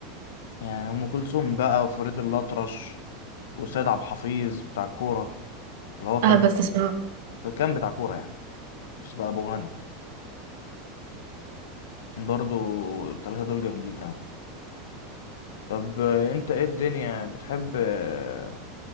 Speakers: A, on the left (about 85°); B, on the right (about 75°).
A: يعني أم كلثوم بقى وفريد الأطرش وسيد عبد الحفيظ بتاع الكورة اللي هو كان
B: اه بس اسمع
A: كان بتاع كورة يعني بس بقى أبو غني برضو التلاتة دول جامدين أوي طب آه، أنت إيه الدنيا بتحب آه،